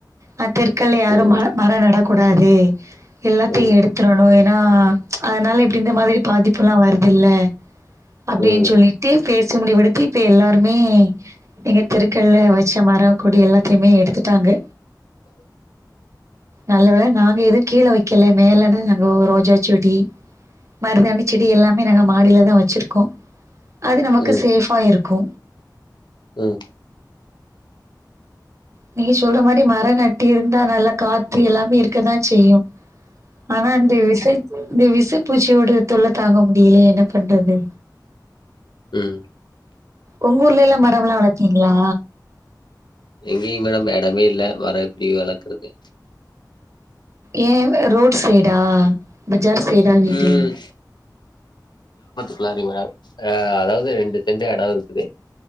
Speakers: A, on the right; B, on the left.
A: அந்த தெருக்கல்ல யாரு
B: ம் ம்
A: மர மர நட குடாது எல்லாத்தியு
B: ம்
A: எடுத் ம் ஏன்னா அத்னால இப்டி இந்த மாதிரி பாதிப்பு எல்லா வருதுல்ல அப்டின்
B: ம்
A: சொல்லிட்டு பேசி முடிவு எடுத்தி இப்ப எல்லாருமே எங்க தெருக்கள்ல வெச்ச மரம் கொடி எல்லாத்தைமே எடுத்துட் டாங்க நல்ல வேள நாங்க எதுவு கீழ வெக்கல மேல ரோஜா சொடி மருதாணி செடி எல்லாமே நா மாடில தா வெச்சிருக்கோ அது நமக்கு
B: ம்
A: சேஃபா இருக்கு
B: ம்
A: நீங்க சொல்ற மாரி மர நட் டிருந்தா நல்லா காத்து எல்லாமே இருக்கதா செய்யு ஆனா இந்த விசத் இந்த விசப்பூச்சியோட தொல்ல தாங்க முடியலயே என்ன பண் றது
B: ம்
A: உங்க ஊர்லிலா மரம்லா வளக்கிங்ளா
B: எங்கிங் மேடம் எடமே இல்ல மர எப்டி வளக்கறது
A: ஏ ரோட் சைடா ப ஜார் சைடா வீடு
B: ம் விளாடுரீங்களா சா அதாவது ரெண்டு எந்த எடோ இருக்குது